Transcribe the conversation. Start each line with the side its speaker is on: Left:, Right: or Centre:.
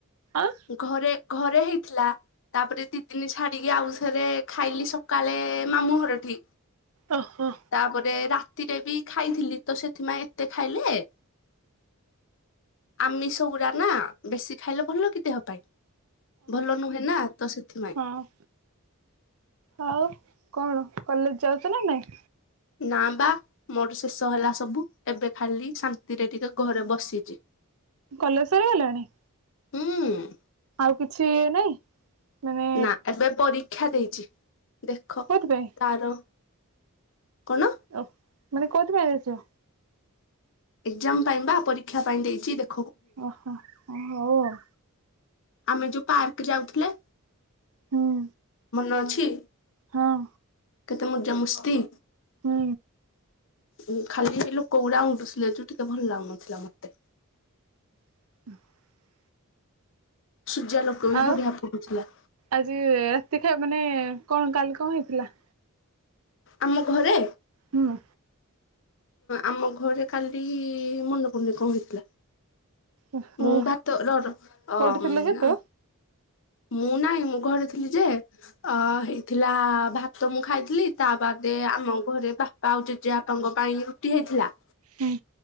Right: ଆଉ
Left: ଘରେ ଘରେ ହେଇଥିଲା। ତାପରେ ଦି ଦିନି ଛାଡିକି ଆଉ ଥରେ ଖାଇଲି ସକାଳେ ମାମୁଁ ଘରଠି।
Right: ଓହୋ।
Left: ତାପରେ ରାତିରେ ବି ଖାଇଥିଲି। ତ ସେଥିପାଇଁ ଏତେ ଖାଇଲେ ଆମିଷଗୁଡା ନା? ବେଶୀ ଖାଇଲେ ଭଲ କି ଦେହ ପାଇଁ? ଭଲ ନୁହେଁ ନା ତ ସେଥିପାଇଁ।
Right: ଅଁ। ଆଉ କଣ? କଲେଜ ଯାଉଚ ନାଁ ନାଇଁ?
Left: ନା ବା ମୋର ଶେଷ ହେଲା ସବୁ। ଏବେ ଖାଲି ଶାନ୍ତିରେ ଟିକିଏ ଘରେ ବସିଚି।
Right: କଲେଜ ସରିଗଲାଣି?
Left: ହୁଁ।
Right: ଆଉ କିଛି ନାଇଁ? ମାନେ
Left: ନା ଏବେ ପରୀକ୍ଷା ଦେଇଛି ଦେଖ
Right: କୋଉଥିପାଇଁ?
Left: ତାର କଣ?
Right: ଓ ମାନେ କୋଉଥିପାଇଁ ଦେଇଚ?
Left: ଏକ୍ଜାମ ପାଇଁ ବା ପରୀକ୍ଷା ପାଇଁ ଦେଇଚି ଦେ
Right: ଓହୋ ହଁ ହୋଉ ଆଉ।
Left: ଆମେ ଯୋଉ ପାର୍କ ଯାଉଥିଲେ?
Right: ହୁଁ।
Left: ମନ ଅଛି?
Right: ହଁ।
Left: କେତେ ମଜାମସ୍ତି।
Right: ହୁଁ।
Left: ଉ ଖାଲି ଲୋକ ଗୁଡା ଉଁଣ୍ଡୁଥିଲେ ଯୋଉ ଟିକିଏ ଭଲ ଲାଗୁନଥିଲା ମତେ।
Right: <inaudible>
Left: ସୂର୍ଯ୍ୟା ଲୋକ ବି
Right: ଆଉ
Left: ବଢିଆ ପଡୁଥିଲା।
Right: ଆଜି ରାତିରେ ମାନେ କଣ କାଲି କଣ ହେଇଥିଲା?
Left: ଆମ ଘରେ?
Right: ହୁଁ।
Left: ଆମ ଘରେ କାଲି ମନେ ପଡୁନି କଣ ହେଇଥିଲା।
Right: ଓହୋ
Left: ମୁଁ ଭାତ ରହ ରହ ଅମଆ।
Right: କୋଉଠି ଥିଲୁ କି ତୁ?
Left: ମୁଁ ନାଇଁ ମୁଁ ଘରେ ଥିଲି ଯେ ଅ ହେଇଥିଲା ଭାତ ମୁଁ ଖାଇଥିଲି ତା ବାଦ ଦେ ଆମ ଘରେ ବାପା ଆଉ ଜେଜେବାପାଙ୍କ ପାଇଁ ରୁଟି ହେଇଥିଲା।
Right: ହୁଁ।